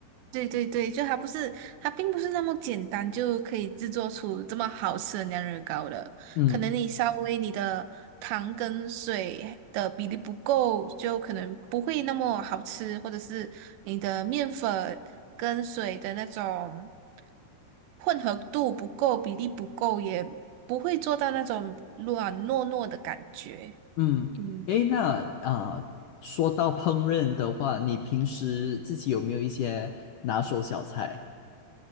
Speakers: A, on the right; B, on the left.
A: 对对对，就它不是，它并不是那么简单就可以制作出这么好吃的酿热糕的。
B: 嗯。
A: 可能你稍微你的糖跟水的比例不够，就可能不会那么好吃，或者是你的面粉跟水的那种混合度不够，比例不够，也不会做到那种软糯糯的感觉。
B: 嗯，
A: 嗯。
B: 诶，那啊、呃说到烹饪的话，你平时自己有没有一些拿手小菜？